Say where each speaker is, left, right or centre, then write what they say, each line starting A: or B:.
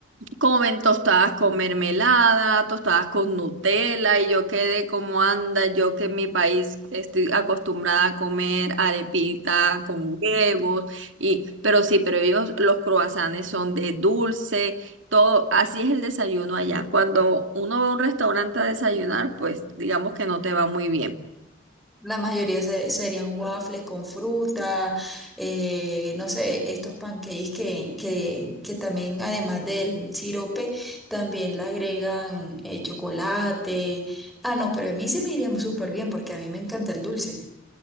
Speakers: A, on the right (about 80°); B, in the centre.
A: Comen tostadas con mermelada, tostadas con Nutella, y yo quedé como anda, yo que en mi país estoy acostumbrada a comer arepita con huevos, y, pero sí, pero ellos, los croissants son de dulce, todo, así es el desayuno allá. Cuando uno va a un restaurante a desayunar, pues digamos que no te va muy bien.
B: La mayoría se- serían waffles con fruta, eh, no sé, estos pancakes que, que, que también, además del sirope, también le agregan eh, chocolate. Ah, no, pero a mí sí me iría súper bien porque a mí me encanta el dulce.